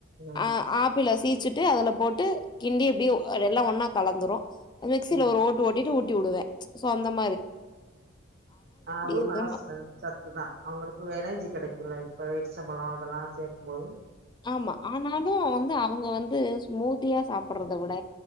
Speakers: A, on the right; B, on the left.
A: ம்
B: ஆ ஆப்பிள சீ வெச்சுட்டு அதுல போட்டு கிண்டி எப்டியு அது எல்லா ஒன்னா கலந்துரு மிக்சில
A: ம்
B: ஒரு ஓட் ஓட்டு ஓட்டிட்டு ஊட்டி உடுவ சோ அந்தம்
A: ஆ அதுவு
B: எந்த
A: நல்லாஸ்
B: மா
A: ஸ்ரென்த் சத்து தா அவங்களுக்கு எனர்ஜி கெடைக்குல்ல இப்ப வேர்ச்சம்பழோ அதெல்லா சேக்கும் போது
B: ஆமா ஆனாலு வந்து அவங்க வந்து ஸ்மூதியா சாப்புடுறத விட